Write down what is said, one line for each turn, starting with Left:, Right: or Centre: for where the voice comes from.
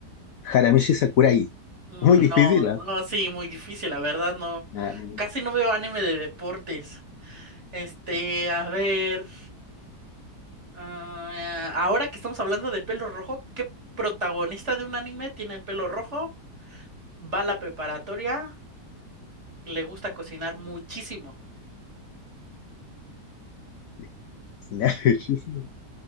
Left: Haramichi Sakurai.
Right: Mm,
Left: Muy difícil,
Right: No,
Left: ¿ah?
Right: no, sí, muy difícil, la verdad, no.
Left: Ah, no, no,
Right: Casi
Left: no,
Right: no veo anime de deportes. Este,
Left: no,
Right: a ver. ah, ahora que estamos hablando de pelo rojo, ¿qué protagonista de un anime tiene el pelo rojo? Va a la preparatoria, le gusta cocinar muchísimo.
Left: no, cocinar <laughs> muchísimo.